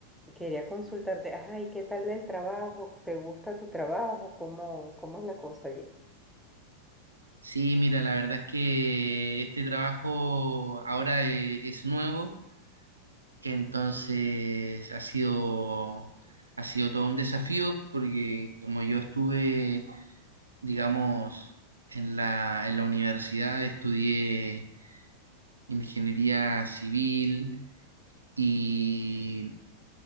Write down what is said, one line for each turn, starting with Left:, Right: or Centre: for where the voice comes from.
Centre: quería consultarte, ay, ¿qué tal el trabajo? ¿Te gusta tu trabajo? ¿Cómo, cómo es la cosa allí?
Right: Sí, mira, la verdad es que este trabajo ahora eh, es nuevo, entonces ha sido, ha sido todo un desafío porque como yo estuve digamos, en la, en la universidad estudié ingeniería civil y,